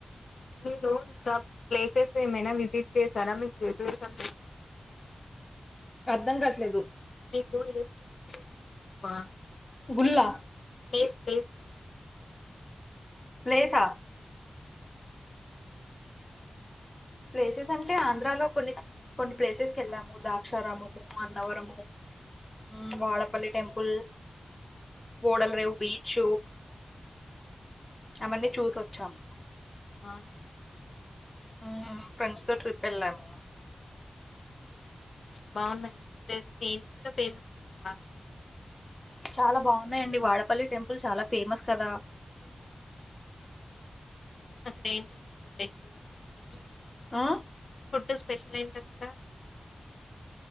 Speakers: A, on the left (about 85°); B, on the left (about 25°).
A: మీ లోన్ క ప్లేసెస్ ఏమైనా మీర్ విసిట్ చేశారా మీ కూతురు <unintelligible>
B: అర్ధం కట్లేదు
A: మీకు ఏ ప్లేస్ అంటే ఇష్టమబ్బ?
B: గుల్లా
A: ప్లేస్ ప్లేస్
B: ప్లేసా ప్లేసెస్ అంటే ఆంధ్రాలో కొన్ని కొన్ని ప్లేసెస్ కి వెళ్ళాము దాక్షారాముము, అన్నవరము, ఉమ్ వాడపల్లి టెంపుల్.
A: ఉమ్
B: వల్రేవు బీచ్ అవన్నీ చూసివచాం
A: మా
B: ఉమ్ ఫ్రెండ్స్ తో ట్రిప్ వెళ్ళవా?
A: బాగున్నాయండి ప్లేసు ఏంటి అక్కడ ఫేమస్ అక్కడ బాగా
B: చాలా బాగున్నాయండి వాడపల్లి టెంపుల్ చాలా ఫేమస్ కదా.
A: ఉహు అక్కడ ఏంటండి ఫుడ్ ఎక్కువ విషయం ఏంటి?
B: ఆ
A: ఫుడ్ స్పెషల్ ఏంటి అక్కడ?